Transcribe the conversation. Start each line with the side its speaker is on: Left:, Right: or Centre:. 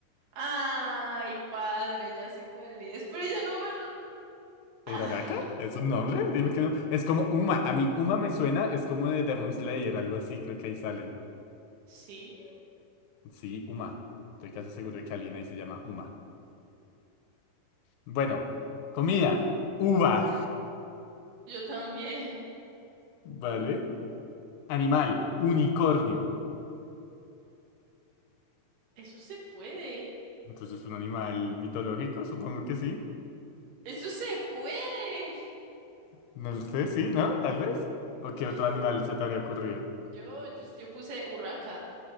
Right: Ay, padre, ya sé cuál es, pero ya no me... <laughs>
Left: ¿Uraraka?
Right: Ah,
Left: ¿Es un nombre? Dime que no. Es como Uma. A mí Uma me suena, es como de Demon Slayer, algo así, creo que ahí salen.
Right: sí,
Left: Sí, Uma. Estoy casi seguro de que alguien ahí se llama Uma. Bueno, comida, uva,
Right: yo también.
Left: <laughs> ¿vale? Animal, unicornio.
Right: Eso se puede.
Left: Entonces, ¿un animal mitológico? Supongo que sí.
Right: Eso se puede.
Left: No lo sé, sí, ¿no? Tal vez. ¿O qué
Right: <laughs>
Left: otro animal se te habría ocurrido?
Right: Yo, yo, yo puse Urraca.